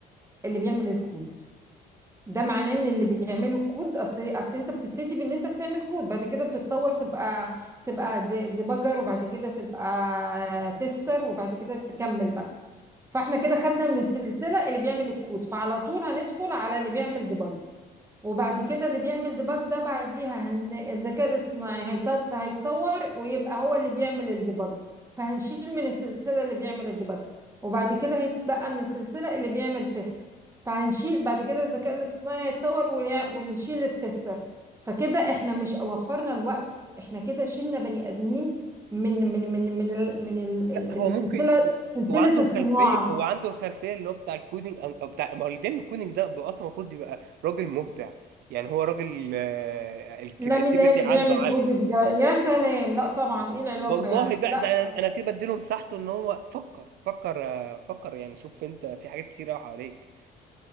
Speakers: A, on the right (about 15°); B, on the right (about 75°).
A: اللي بيعمل الكود ده معناه ان اللي بيعملوا كود اصل اصل انت بتبتدي بان انت بتعمل كود بعد كده بتتطور تبقى تبقى ديباجر وبعد كده تبقى تيستر وبعد كده تكمل بقى فاحنا كده خدنا من السلسلة اللي بيعمل الكود فعلى طول هندخل على اللي بيعمل ديباج وبعد كده اللي بيعمل ديباج ده بعديها هن... الذكاء الاصطناعي هيتط... هيتطور ويبقى هو اللي بيعمل الديباج فهنشيل من السلسلة اللي بيعمل الديباج وبعد كده هيتبقى من السلسلة اللي بيعمل تيست فهنشيل بعد كده الذكاء الاصطناعي هيتطور ويع... ونشيل التستر فكده احنا مش وفرنا الوقت احنا كده شلنا بني ادمين من من من من ال... من ال... ال-
B: لا هو
A: السلسلة
B: ممكن
A: سلسلة
B: هو عنده
A: الصناعة
B: الخلفيه هو عنده الخلفيه اللي هو بتاع الكودينج او أو بتاع ما هو اللي بيعمل الكودينج ده بيبقى اصلا المفروض يبقى راجل مبدع يعني هو راجل آه، الكرياتيفيتي
A: لا مين اللي
B: عنده
A: بيعمل
B: عاليه
A: كودك ده يا سلام لا طبعا ايه العلاقة
B: والله
A: يعني
B: ده
A: لا
B: ده انا أنا كده بديله مساحته ان هو فكر فكر آه، فكر يعني شوف انت في حاجات كتير قوي حواليك